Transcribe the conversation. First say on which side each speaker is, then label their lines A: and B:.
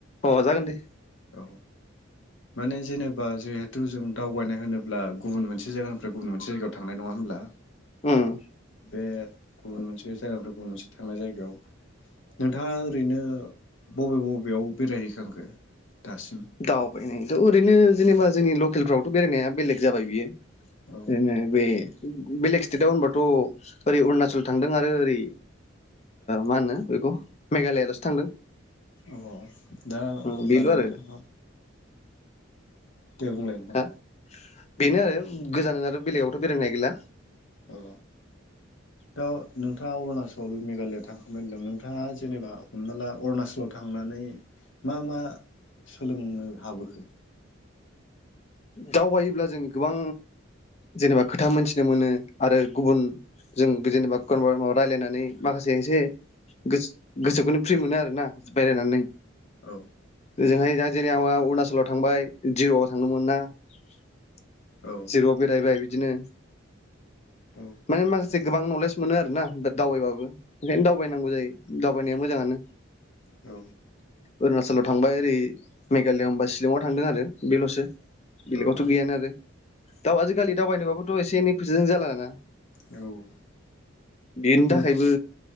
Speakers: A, on the left; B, on the left.
A: अ जागोन दे
B: औ माने जेनेबा जिहेथु जों दावबायनाय होनोब्ला गुबुन मोनसे जायगानिफ्राय गुबुन मोनसे जायगायाव थांनाय नङा होनोमब्ला
A: ओम
B: ओ बे गुबुन मोनसे जायगानिफ्राय गुबुन मोनसे थांनाय जायगायाव नोंथाङा ओरैनो बबे बबेयाव बेरायहैखांखो? दासिम?
A: दावबायनाय। थ ओरैनो जेनेबा जोंनि लकेलफ्रावथ' बेरायनाया बेलेग जाबाय बियो?
B: औ
A: बेनो बे। बेलेग स्टेटआव होनबाथ' ओरै अरुणाचल थांदों आरो ओरै मा होनो बेखौ मेघालयाल'सो थांदों।
B: अ दा
A: उम
B: अब्ला
A: बेल' आरो
B: नोंथाङा दे बुंलाय नोंथां?
A: हा बेनो आरो गोजानाथ' बेलेगावथ' बेरायनो गैला।
B: अ दा नोंथाङा अरुणाचल मेघालया थांखांबाय होनदों नोंथाङा जेनेबा हमना ला अरुणचलाव थांनानै मा मा सोलोंनो हाबोखो?
A: दावबायोब्ला जों गोबां जेनेबा खोथा मोनथिनो मोनो आरो गुबुन जों जेनेबाबार माबा रायलायनानै माखासे एसे गोसोखौनो फ्रि मोनो आरो ना बेरायनानै।
B: औ।
A: होजोंहाय दा जोंनि आवा अरुणाचलाव थांबाय जिर'आव थांदोंमोन ना। <inaudible>
B: औ
A: जिर‌ आव बेरायबाय। बिदिनो।
B: औ
A: माने मा खासे गोबां नलेज मोनो आरो ना दाव दावबायबाबो। ओखायनो दावबायनांगौ जायो। दावबायनाया मोजाङानो।
B: औ।
A: अरुणाचलाव थांबाय ओरै मेघालया होनबा सिलंआव थांदों आरो बेल'सो। बेलेगावथ'
B: औ
A: गैयानो आरो दाव आजिखालि दावबायनोबाबो थ' एसे एनैसाजों जाला ना?
B: औ
A: बेनि
B: नों
A: थाखायबो